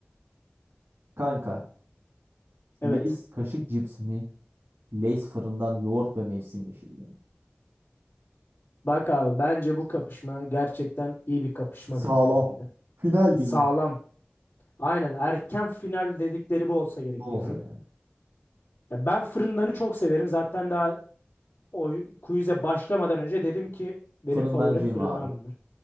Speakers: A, on the right; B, on the left.
A: Kanka
B: Evet.
A: Lay's kaşık cips mi? Lay's fırından yoğurt ve mevsim yeşilliği mi?
B: Bak abi bence bu kapışma gerçekten iyi bir kapışma
A: Sağlam.
B: benim gözümde.
A: Final
B: Sağlam.
A: gibi bir şey.
B: Aynen erken final dedikleri bu olsa gerek
A: Bol
B: diyorum.
A: yani.
B: Ya ben fırındanı çok severim. Zaten daha o quiz'e başlamadan önce dedim ki benim
A: Fırındancıyım
B: favorim fırındandır.
A: abi